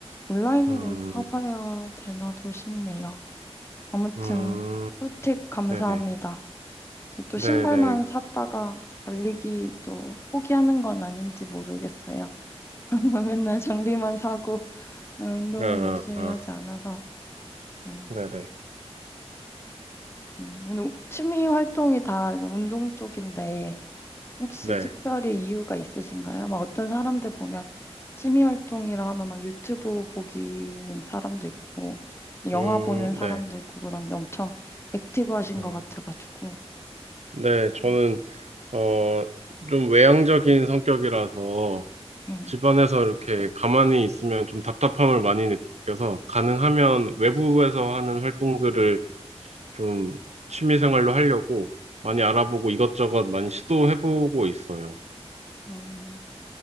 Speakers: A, on the left; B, on the right.
A: 온라인으로
B: 음,
A: 사봐야 되나도 싶네요. 아무튼
B: 음,
A: 꿀팁 감사합니다.
B: 네네.
A: 제또
B: 네네.
A: 신발만 샀다가 달리기도 포기하는 건 아닌지 모르겠어요. <laughs> 맨날 장비만 사고 음, 운동을
B: 어, 어,
A: 열심히
B: 어,
A: 하지 않아서 음,
B: 네네.
A: 음, 운동- 취미 활동이 다 이제 운동 쪽인데 혹시
B: 네.
A: 특별히 이유가 있으신가요? 막 어떤 사람들 보면 취미 활동이라 하면 막 유튜브 보기인 사람도 있고 영화
B: 음,
A: 보는 사람도
B: 네.
A: 있고 그런데 엄청 액티브하신
B: 음,
A: 것 같아가지고
B: 네. 저는,
A: 음,
B: 어, 좀 외향적인 성격이라서,
A: 음.
B: 집안에서 이렇게 가만히 있으면 좀 답답함을 많이 느껴서, 가능하면 외부에서 하는 활동들을 좀 취미 생활로 하려고 많이 알아보고 이것저것 많이 시도해보고 있어요.
A: 음,